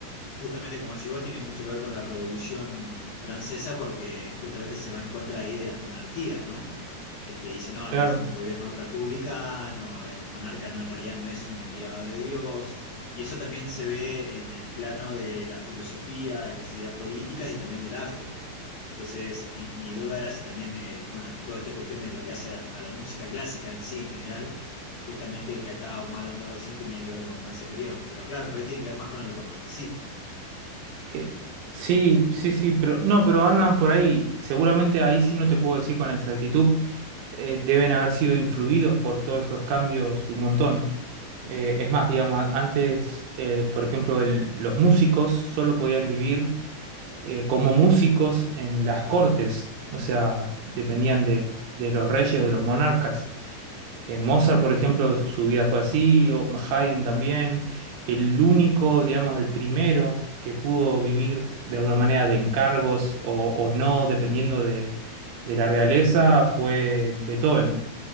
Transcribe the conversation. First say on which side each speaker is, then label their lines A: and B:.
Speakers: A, on the left (about 60°); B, on the right (about 75°).
A: justamente como decís vos, tiene mucho que ver con la Revolución Francesa porque justamente se va en contra ahí de las monarquías, ¿no? Este, dice, no, hay
B: Claro.
A: que hacer un gobierno republicano, el monarca no, en realidad no es un enviado de Dios, y eso también se ve en el plano de la filosofía, de las ideas políticas y también del arte. Entonces, mi, mi duda era si también, eh, bueno, toda esta cuestión de lo que hace a, a la música clásica en sí, en general, justamente que estábamos hablando recién, tenía que ver con, con ese periodo. Pero claro, por ahí tiene que ver más con el romanticismo.
B: Eh, sí, sí, sí, pero no, pero andan por ahí. Seguramente ahí sí no te puedo decir con exactitud. eh, deben haber sido influidos por todos estos cambios un montón. Eh, es más, digamos, a- antes, eh, por ejemplo, el- los músicos solo podían vivir eh, como músicos en las cortes, o sea, dependían de, de los reyes o de los monarcas. Eh, Mozart, por ejemplo, su vida fue así, o Haydn también. El único,
A: Ujú,
B: digamos, el primero que pudo vivir de alguna manera de encargos o, o no, dependiendo de, de la realeza, fue Beethoven.